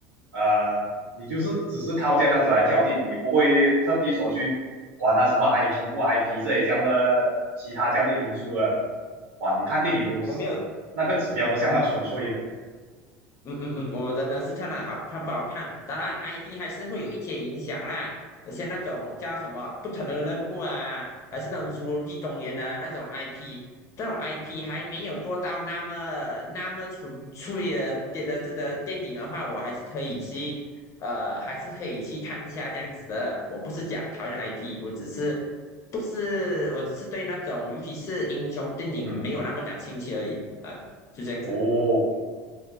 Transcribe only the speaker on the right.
呃，你就是只是靠这样子来挑电影，你不会特地说去管它什么 IP 不 IP 这些这样的其他这样的因素了。哇，你看电影都是
那个指标都相当纯粹了。
嗯，
哦，